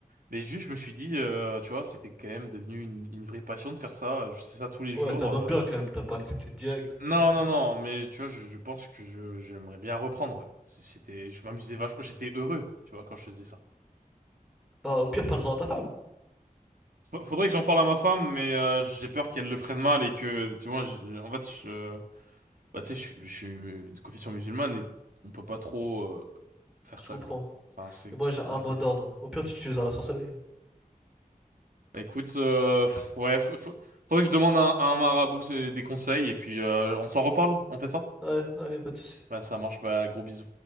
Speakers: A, on the right (about 70°); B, in the centre.
A: Mais juste, je me suis dit, euh, tu vois, c'était quand même devenu une, une vraie passion de faire ça. Je fais ça tous les
B: Ouais,
A: jours.
B: t'es un
A: euh.
B: homme bien, quand même, t'as pas accepté direct.
A: Non,
B: Non, t'es
A: non,
B: un homme
A: non,
B: bien.
A: mais tu vois, je, je pense que je, j'aimerais bien reprendre, ouais. C- C'était, je m'amusais vachement, j'étais heureux, tu vois, quand je faisais ça.
B: Bah, au pire, parle-en à ta femme,
A: F- Faudrait que j'en parle à ma femme, mais euh, j'ai peur qu'elle le prenne mal et que, tu vois, je- en fait, je, bah, tu sais, je, suis- je suis de confession musulmane et on peut pas trop. euh, faire
B: je
A: ça,
B: comprends.
A: quoi. Enfin, c'est
B: Et moi,
A: c'est
B: j'ai un
A: compliqué.
B: mot d'ordre. Au pire, tu utiliseras la sorcellerie.
A: Bah, Écoute, euh, pff, ouais, faut- faut- faudrait que je demande à un, à un marabout c'est- des conseils et puis euh, on s'en reparle, on fait ça?
B: Ouais, allez, pas de soucis.
A: Bah, ça marche, bah, gros bisous.